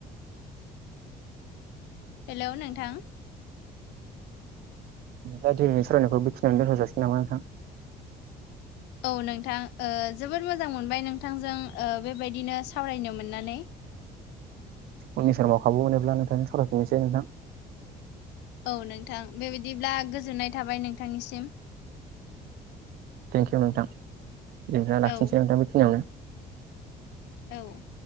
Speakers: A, on the left (about 85°); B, on the right (about 65°).
A: हेल' नोंथां
B: बिनिफ्राय दिनै सरायनायखौ बेखियावनो दोनथ'जासिगोन नामा नोंथां?
A: औ नोंथां ओ जोबोर मोजां मोनबाय नोंथांजों ओ बेबायदिनो सावरायनो मोननानै
B: उननि समाव खाबु मोनोब्ला नोंथांजों सावरायफिननोसै नोंथां
A: औ नोंथां बेबायदिब्ला गोजोननाय थाबाय नोंथांनिसिम
B: थेंक इउ नोंथां नोंथाङा लाखिनोसै
A: औ
B: नोंथां बेखिनियावनो
A: औ